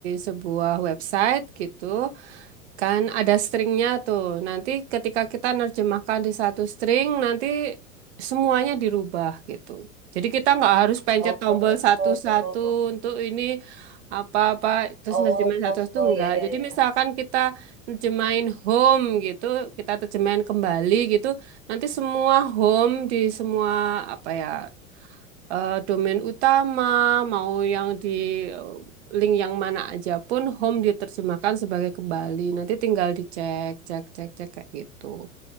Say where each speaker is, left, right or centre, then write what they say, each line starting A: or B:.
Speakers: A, on the right; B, on the right.
A: sebuah website gitu. Kan ada stringnya tuh. Nanti ketika kita nerjemahkan di satu string, nanti semuanya dirubah gitu. Jadi kita nggak harus pencet
B: Oh,
A: tombol
B: oh,
A: satu-satu
B: oh,
A: untuk ini apa-apa terus
B: oh,
A: nerjemahin
B: oh,
A: satu-satu
B: oh,
A: enggak.
B: ya, ya,
A: Jadi
B: ya.
A: misalkan kita nerjemahin home gitu, kita terjemahin kembali gitu, nanti semua home di semua apa ya eh, domain utama, mau yang di eh, link yang mana aja pun home diterjemahkan sebagai kembali. Nanti tinggal dicek, cek, cek, cek kayak gitu.